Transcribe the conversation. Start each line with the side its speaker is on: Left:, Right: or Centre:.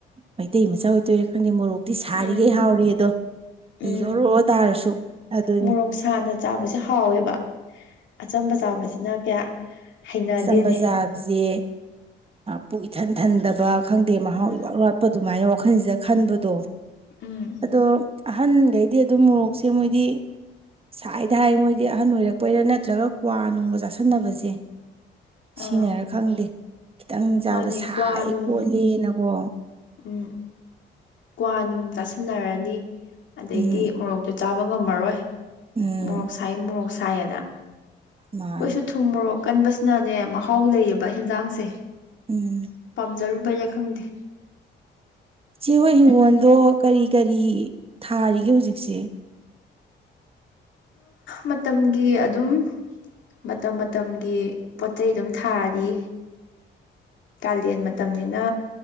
Right: ꯃꯩꯇꯩ ꯃꯆꯥ ꯑꯣꯏꯇꯣꯏꯔꯥ ꯈꯪꯗꯦ ꯃꯣꯔꯣꯛꯇꯤ ꯁꯥꯔꯤꯈꯩ
Left: ꯎꯝ
Right: ꯍꯥꯎꯔꯤ ꯑꯗꯣ ꯄꯤꯒꯧꯔꯣ
Left: ꯎꯝ
Right: ꯇꯥꯔꯁꯨ ꯑꯗꯨꯅꯤ
Left: ꯃꯣꯔꯣꯛ ꯁꯥꯅ ꯆꯥꯕꯁꯦ ꯍꯥꯎꯋꯦꯕ ꯑꯆꯝꯕ ꯆꯥꯕꯁꯤꯅ ꯀꯌꯥ ꯍꯩꯅꯗꯦꯅꯦ
Right: ꯑꯆꯝꯕ ꯆꯥꯕꯁꯦ ꯄꯨꯛ ꯏꯊꯟ ꯊꯟꯗꯕ ꯈꯪꯗꯦ ꯃꯍꯥꯎ
Left: ꯎꯝ
Right: ꯏ ꯋꯥꯠ ꯋꯥꯠꯄ ꯑꯗꯨꯃꯥꯏꯅ ꯋꯥꯈꯜꯁꯤꯗ ꯈꯟꯕꯗꯣ
Left: ꯎꯝ
Right: ꯑꯗꯣ ꯑꯍꯟꯈꯩꯗꯤ ꯑꯗꯨꯝ ꯃꯣꯔꯣꯛꯁꯦ ꯃꯣꯏꯗꯤ ꯁꯥꯏꯗ ꯍꯥꯏ ꯃꯣꯏꯗꯤ ꯑꯍꯟ ꯑꯣꯏꯔꯛꯄꯩꯔꯥ ꯅꯠꯇ꯭ꯔꯒ ꯀ꯭ꯋꯥ ꯅꯨꯡꯒ ꯆꯥꯥꯁꯟꯅꯕꯁꯦ
Left: ꯑꯥ
Right: ꯁꯤꯅꯔ ꯈꯪꯗꯦ ꯈꯤꯇꯪ ꯆꯥꯕꯗ
Left: ꯃꯥꯅꯦ
Right: ꯁꯥꯏ
Left: ꯀ꯭ꯋꯥꯅꯨꯡ
Right: ꯈꯣꯠꯂꯦꯅꯀꯣ
Left: ꯎꯝ ꯀ꯭ꯋꯥ ꯅꯨꯡ ꯆꯥꯁꯤꯟꯅꯔꯅꯤ ꯑꯗꯩꯗꯤ
Right: ꯎꯝ
Left: ꯃꯣꯔꯣꯛꯇꯨ ꯆꯥꯕ ꯉꯝꯃꯔꯣꯏ
Right: ꯎꯝ
Left: ꯃꯣꯔꯣꯛ ꯁꯥꯏ ꯃꯣꯔꯣꯛ ꯁꯥꯏꯌꯦꯅ
Right: ꯃꯥꯅꯤ
Left: ꯀꯣꯏꯁꯨ ꯊꯨꯝ ꯃꯣꯔꯣꯛ ꯀꯟꯕꯁꯤꯅꯅꯦ ꯃꯍꯥꯎ ꯂꯩꯌꯦꯕ ꯌꯦꯟꯖꯥꯡꯁꯦ
Right: ꯎꯝ
Left: ꯄꯥꯝꯖꯔꯨꯕꯩꯔ ꯈꯪꯗꯦ
Right: ꯆꯦ ꯍꯣꯏ ꯍꯤꯡꯒꯣꯜꯗꯣ ꯀꯔꯤ ꯀꯔꯤ ꯊꯥꯔꯤꯒꯦ ꯍꯧꯖꯤꯛꯁꯦ
Left: ꯃꯇꯝꯒꯤ ꯑꯗꯨꯝ ꯃꯇꯝ ꯃꯇꯝꯒꯤ ꯄꯣꯠ ꯆꯩꯩ ꯑꯗꯨꯝ ꯊꯥꯔꯤ ꯀꯥꯂꯦꯟ ꯃꯇꯝꯅꯤꯅ